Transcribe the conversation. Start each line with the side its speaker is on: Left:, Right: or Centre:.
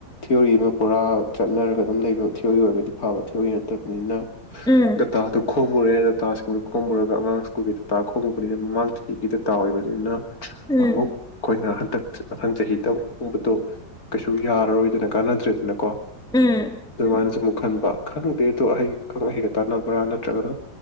Left: ꯊꯤꯑꯣꯔꯤ ꯑꯃ ꯄꯨꯔꯥ ꯆꯠꯅꯔꯒ ꯑꯗꯨꯝ ꯂꯩꯕ ꯊꯤꯑꯣꯔꯤ ꯑꯣꯏꯔꯒꯗꯤ ꯐꯕ ꯊꯤꯑꯣꯔꯤ ꯅꯠꯇꯕꯅꯤꯅ
Centre: ꯎꯝ
Left: ꯗꯇꯥꯗꯨ ꯈꯣꯝꯃꯨꯔꯦ ꯗꯇꯥꯁꯤꯡꯗꯨ ꯈꯣꯝꯃꯨꯔꯒ ꯑꯉꯥꯡ ꯁ꯭ꯀꯨꯜꯒꯤ ꯗꯇꯥ ꯈꯣꯝꯃꯨꯕꯅꯤꯅ ꯃꯃꯥꯡ ꯆꯍꯤꯒꯤ ꯗꯇꯥ ꯑꯣꯏꯕꯅꯤꯅ
Centre: ꯎꯝ
Left: ꯑꯃꯨꯛ ꯀꯣꯏꯅꯍꯜ ꯍꯟꯗꯛ ꯃꯊꯪ ꯆꯍꯤꯗ ꯨꯝꯕꯗꯣ ꯀꯩꯁꯨ ꯌꯥꯔꯔꯣꯏꯗꯅ ꯀꯥꯟꯅꯗ꯭ꯔꯦꯗꯅꯀꯣ
Centre: ꯎꯝ
Left: ꯑꯗꯨꯃꯥꯏꯅꯁꯨ ꯈꯟꯕ ꯈꯪꯗꯦ ꯑꯗꯣ ꯑꯍꯩ ꯑꯈꯪ ꯑꯍꯩꯒ ꯇꯥꯟꯅꯕ꯭ꯔꯥ ꯅꯠꯇ꯭ꯔꯒꯅ